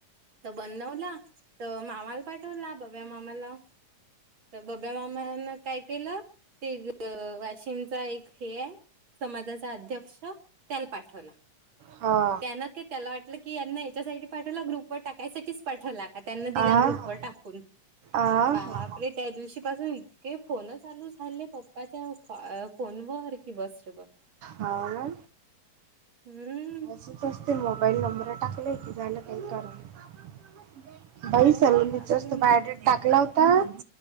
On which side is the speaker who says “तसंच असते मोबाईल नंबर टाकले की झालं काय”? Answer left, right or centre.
Right